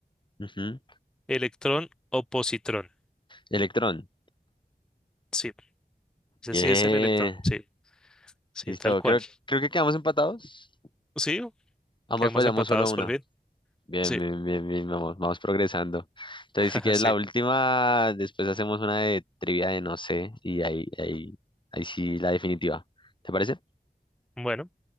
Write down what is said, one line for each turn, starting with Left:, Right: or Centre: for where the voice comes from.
Left: ujú.
Centre: electrón o positrón?
Left: Electrón.
Centre: Sí, ese
Left: Bien.
Centre: sí es el electrón. Sí, sí,
Left: Listo.
Centre: tal cual.
Left: Creo, creo que quedamos empatados.
Centre: Sí,
Left: Ambos
Centre: quedamos
Left: fallamos
Centre: empatados
Left: solo una.
Centre: por fin.
Left: Bien,
Centre: Sí,
Left: bien, bien, bien, vamos, vamos progresando. Entonces,
Centre: <laughs>
Left: si quieres
Centre: sí.
Left: la última, después hacemos una de trivia de no sé, y ahí, ahí, ahí sí la definitiva. ¿Te parece?
Centre: Bueno,